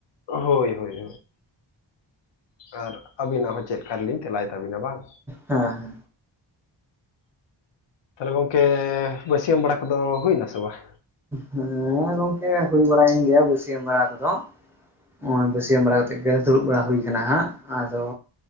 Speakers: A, on the left; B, in the centre.
A: ᱦᱳᱭ ᱦᱳᱭ ᱟᱨ ᱟᱹᱵᱤᱱᱟᱜ ᱦᱚᱸ ᱪᱮᱫ ᱞᱮᱠᱟ ᱨᱮᱞᱤᱧ ᱛᱮᱞᱟᱭ ᱛᱟᱵᱤᱱᱟ ᱵᱟᱝ?
B: ᱦᱮᱸ
A: ᱛᱟᱦᱞᱮ ᱜᱚᱝᱠᱮ ᱵᱟᱹᱥᱭᱟᱹᱢ ᱵᱟᱲᱟ ᱠᱚᱫᱚ ᱦᱩᱭᱱᱟ ᱥᱮ ᱵᱟᱝ?
B: ᱦᱮᱸ ᱜᱚᱝᱠᱮ ᱦᱩᱭ ᱵᱟᱲᱟᱭᱮᱱ ᱜᱮᱭᱟ ᱵᱟᱹᱥᱭᱟᱹᱢ ᱵᱟᱲᱟ ᱠᱚᱫᱚ᱾ ᱱᱚᱜ-ᱚᱭ ᱵᱟᱹᱥᱭᱟᱹᱢ ᱵᱟᱲᱟ ᱠᱟᱛᱮᱜ ᱜᱮ ᱫᱩᱲᱩᱵ ᱵᱟᱲᱟ ᱦᱩᱭ ᱟᱠᱟᱱᱟ ᱦᱟᱸᱜ ᱟᱫᱚ,